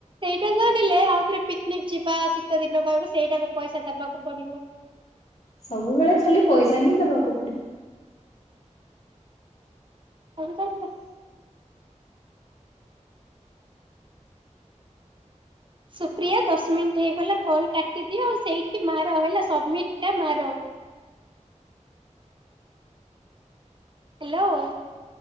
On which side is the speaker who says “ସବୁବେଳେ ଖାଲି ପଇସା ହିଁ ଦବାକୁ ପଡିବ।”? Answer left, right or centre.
Left